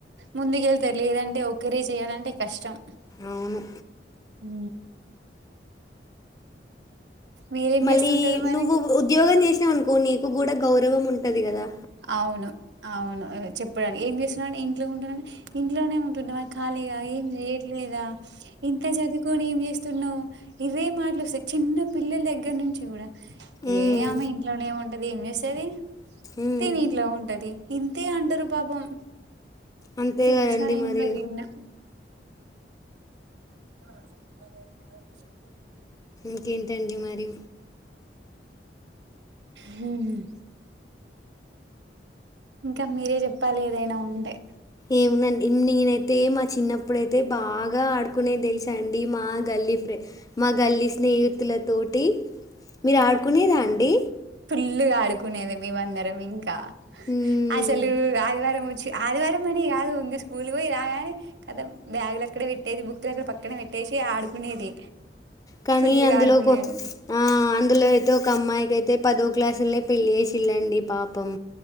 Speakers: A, on the right; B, on the left.
A: ముందుకెళ్తర్ లేదంటే ఒక్కరే చేయాలంటే కష్టం.
B: అవును
A: ఉ మీరేం
B: మళ్ళీ
A: చేస్తుంటారు మరి
B: నువ్వు ఉద్యోగం చేస్ పెట్టినవనుకో నీకు కూడా గౌరవం ఉంటది. గదా
A: అవును అవును చెప్పడానికి ఏం చేస్తున్నా, ఇంట్లో ఉంటానని ఇంట్లోనే ఉంటునావ ఖాళీగా ఏం చేయట్లేదా ఇంత చదువు పోని ఏం చేస్తున్నావు. ఇవే మాటలు వస్తాయి. చిన్న పిల్లల దగ్గర నుంచి కూడా
B: ఉమ్,
A: ఏ ఆమె ఇంట్లోనే ఉంటాది. ఏం చేస్తది.
B: ఉమ్,
A: తిని ఇంట్ల ఉంటది. ఇంతే అంటారు పాపం
B: అంతే
A: ట్యూషన్
B: కదండి
A: ఎంలే
B: మరి
A: విన్న హ
B: ఏంటడి. మరి
A: హ్మ్ ఇంకా మీరే చెప్పాలి. ఏదైనా ఉంటే
B: ఏమ్ముదండి. నేనైతే మా చిన్నప్పుడు అయితే బాగా బాగా ఆడుకునే తెలుసా అండి. మా గల్లీ ఫ్రెడ్ మా గల్లీ స్నేహితుల తోటి మీరు ఆడుకునేదా అండి.
A: ఫుల్లు గా ఆడుకునేది మేమ అందరం ఇంకా
B: మ్మ్.
A: అసలు ఆదివారం ఆదివారం అని కాదు ఇంకా స్కూల్కి పోయి రాగానే కాతం బ్యాగులు అక్కడ పెట్టేది బుక్కులు అక్కడ పక్కన పెట్టేసి ఆడుకునేది.
B: కానీ
A: ఫుల్
B: అందులో
A: గా ఆడుకునేది.
B: కొ ఆ, అందులో అయితే ఒక అమ్మాయికి అయితే పదో క్లాసుళ్లే పెళ్ళి చేసిళ్ళండి పాపం.